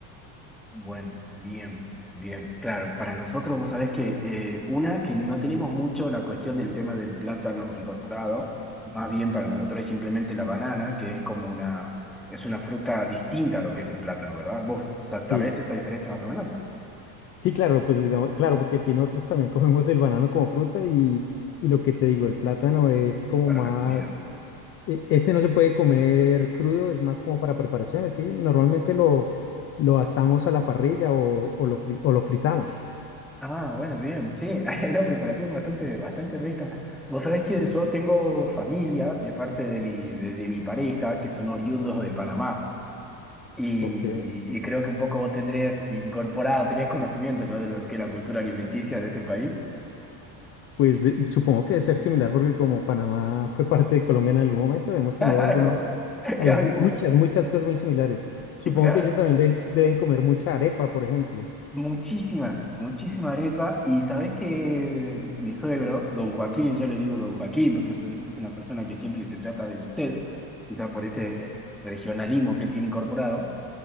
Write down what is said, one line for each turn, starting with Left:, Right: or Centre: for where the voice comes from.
Centre: Bueno, bien, bien. Claro, para nosotros vos sabés que eh, una que no tenemos mucho la cuestión del tema del plátano incorporado, más bien para nosotros es simplemente la banana, que es como una, es una fruta distinta a lo que es el plátano, ¿verdad? ¿Vos sa-
Left: Sí,
Centre: sabés esa diferencia más o menos?
Left: sí, claro, pues digamos, claro, porque aquí nosotros también <laughs> comemos el banano como fruta y, y lo que te digo, el plátano es como
Centre: Para
Left: más,
Centre: la comida.
Left: e- ese no se puede comer crudo, es más como para preparaciones, ¿sí? Normalmente lo, lo asamos a la parrilla o, o lo, fri- o lo fritamos.
Centre: Ah, bueno, bien, sí, <laughs> hay una preparación bastante, bastante rica. Vos sabés que yo tengo familia de parte de mi, de de mi pareja que son oriundos de Panamá. Y,
Left: Ok.
Centre: y creo que un poco vos tendrías incorporado, tenés conocimiento, ¿no? De lo que es la cultura alimenticia de ese país. <laughs>
Left: Pues de- supongo que debe ser similar porque como Panamá fue parte de Colombia en algún momento, debemos
Centre: Claro,
Left: tener algunas, algu-
Centre: claro,
Left: muchas, muchas cosas muy similares. Supongo
Centre: y claro,
Left: que ellos también de- deben comer mucha arepa, por ejemplo.
Centre: muchísima, muchísima arepa. Y sabés que mi suegro, don Joaquín, yo le digo don Joaquín porque es, es una persona que siempre te trata de usted, quizá por ese eh, regionalismo que él tiene incorporado,